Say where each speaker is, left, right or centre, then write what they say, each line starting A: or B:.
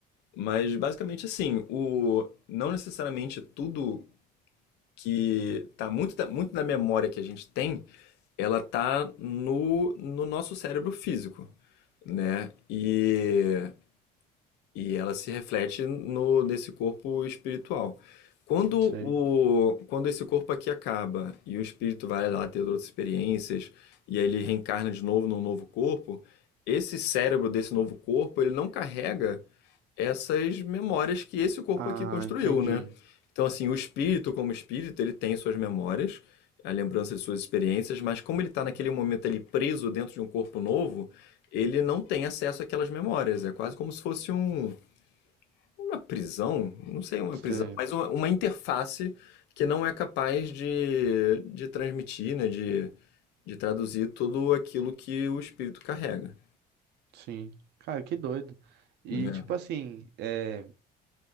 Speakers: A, on the left; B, on the right.
A: Mas basicamente assim, o não necessariamente tudo que tá muito da, muito da memória que a gente tem ela tá no, no nosso cérebro físico, né? E, e ela se reflete no nesse corpo espiritual. Quando
B: Sei.
A: o, quando esse corpo aqui acaba e o espírito vai lá ter outras experiências e aí ele reencarna de novo num novo corpo, esse cérebro desse novo corpo, ele não carrega essas memórias que esse corpo
B: Ah,
A: aqui construiu,
B: entendi.
A: né? Então, assim, o espírito, como espírito, ele tem suas memórias, a lembrança de suas experiências, mas como ele está naquele momento ali preso dentro de um corpo novo, ele não tem acesso àquelas memórias. É quase como se fosse um, uma prisão, não sei, uma
B: Sei.
A: prisão, mas uma, uma interface que não é capaz de, de transmitir, né? De, de traduzir tudo aquilo que o espírito carrega.
B: Sim. Cara, que doido. E
A: É.
B: tipo assim, é.